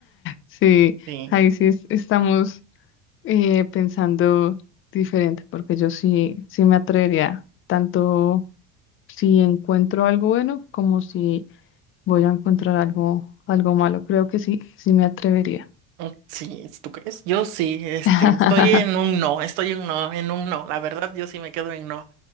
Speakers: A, on the left (about 35°); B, on the right (about 70°).
A: Sí,
B: Sí.
A: ahí sí es- estamos. eh, pensando diferente, porque yo sí, sí me atrevería, tanto si encuentro algo bueno como si voy a encontrar algo, algo malo. Creo que sí, sí me atrevería.
B: Mm, Sí, ¿tú crees? Yo sí, este,
A: <laughs>
B: estoy en un no, estoy en un no, en un no. La verdad, yo sí me quedo en no.